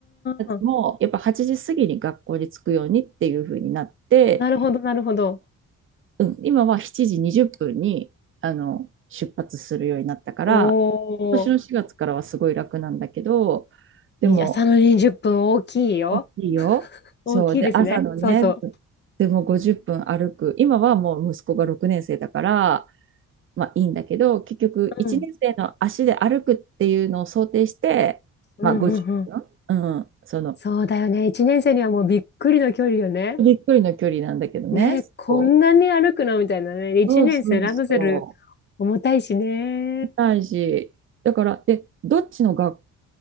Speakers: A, on the left (about 35°); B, on the right (about 45°).
A: あ、
B: もうやっぱ8時過ぎに学校に着くようにっていう風になって、
A: なるほど、なるほど。
B: うん、今は7時20分にあの出発するようになったから、
A: お
B: 今年の4月からはすごい楽なんだけど、
A: お、
B: でも
A: に朝の20分大きいよ。
B: 大きいよ。
A: <laughs>
B: そう。
A: 大きいですね。
B: で、朝のね、
A: そうそ
B: でも50分歩く。今はもう息子が6年生だから、まあいいんだけど、結局1年生の足で歩くっていうのを想定して、
A: う。うん。うんうんうん。
B: まあ50分。うん。その、
A: そうだよね。1年生にはもうびっくりの距離よね。
B: びっくりの距離なんだけどね。
A: ね、こんなに歩くのみたいなね。
B: そう。
A: 一年生ランドセル
B: そうそうそ
A: 重たいしね。
B: う。大事。だから、で、どっちの学